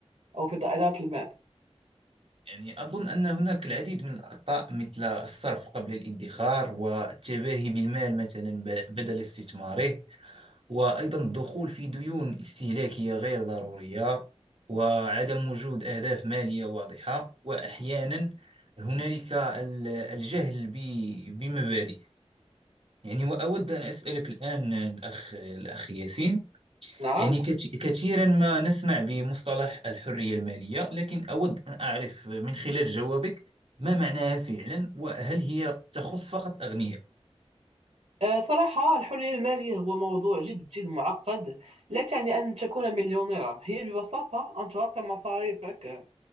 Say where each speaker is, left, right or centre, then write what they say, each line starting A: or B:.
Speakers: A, on the right (about 80°); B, on the right (about 60°).
A: أو في إدارة المال؟
B: يعني أظن أن هناك العديد من الأخطاء مثل الصرف قبل الادخار والتباهي بالمال مثلا ب- بدل استثماره وأيضا الدخول في ديون استهلاكية غير ضرورية وعدم وجود أهداف مالية واضحة وأحيانا هنالك ال- الجهل ب- بمبادئ يعني وأود أن أسألك الآن الأخ الأخ ياسين
A: نعم
B: يعني كت- كثيرا ما نسمع بمصطلح الحرية المالية لكن أود أن أعرف من خلال جوابك ما معناها فعلا وهل هي تخص فقط الأغنياء
A: آه، صراحة الحرية المالية هو موضوع جد جد معقد لا تعني أن تكون مليونيرا هي ببساطة أن تغطي مصاريفك